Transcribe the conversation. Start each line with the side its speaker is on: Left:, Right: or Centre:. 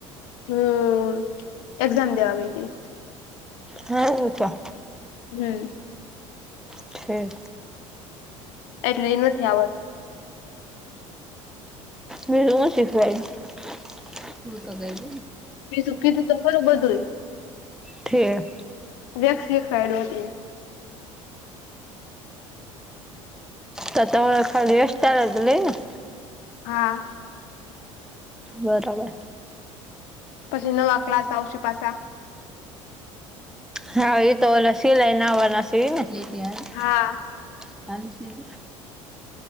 Left: હમ્મ. એક્ઝામ દેવા ગઈ તી.
Centre: હારું તો.
Left: હમ્મ.
Centre: ઠેક.
Left: એટલે ઈ નથી આવડતું.
Centre: બીજું હું શીખવાડ્યું?
Left: બીજું કીધું તો ખરું બધુંઈ.
Centre: ઠે.
Left: વેક્સ શીખવાડ્યું <unintelligible>
Centre: તો તમારે ખાલી હેયર સ્ટાઈલ જ રહીં ને?
Left: હા.
Centre: બરાબર.
Left: પછી નવા ક્લાસ આવશે પાસા.
Centre: હાં ઈ તો ઓલા સિલાઈના આવાના સે ઈ ને?
Left: હા.
Centre: <inaudible>